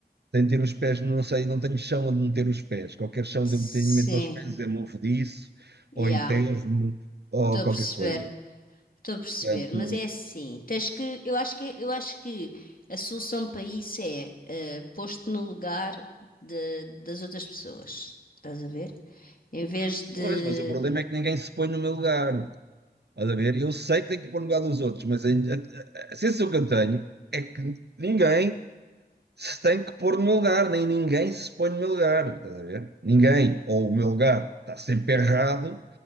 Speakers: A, on the right (about 80°); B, on the left (about 55°).
A: tenho de ter os pés, não sei, não tenho chão onde meter os pés. Qualquer chão
B: Sim,
A: onde eu me tenho meto os pés, é mofo disso,
B: já.
A: ou enterro-me, ou
B: Estou a
A: qualquer
B: perceber,
A: coisa.
B: estou a perceber.
A: Portanto,
B: Mas é assim, tens que, eu acho que, eu acho que a solução para isso é eh, pôr-te no lugar de- das outras pessoas. Estás a ver? Em vez de.
A: pois, mas o problema é que ninguém se põe no meu lugar. Estás a ver? Eu sei que tenho que pôr no lugar dos outros, mas a, a, a- a sensação que eu tenho é que ninguém se tem que pôr no meu lugar, nem ninguém se põe no meu lugar, estás a ver? Ninguém. Ou o meu lugar está sempre errado,